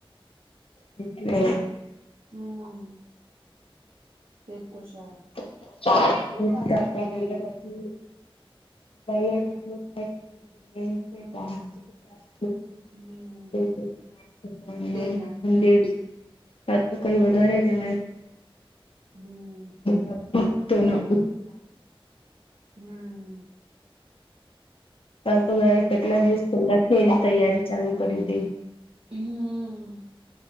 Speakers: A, on the left (about 70°); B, on the right (about 80°).
A: એટલે
B: હમ્મ તે તો છે
A: <unintelligible>
B: બહુ ટ્રાફિક થઈ ગયેલું.
A: <unintelligible>
B: હમ હમ
A: <unintelligible>
B: તેને
A: તાં તો કંઈ વધારે જ અહે
B: હમ્મ
A: <unintelligible>
B: હમ્મ
A: વરસાદ આવે કેટલા દિવસ પેલ્લાથી એની તૈયારી ચાલુ કરી દેઈ
B: હમ્મ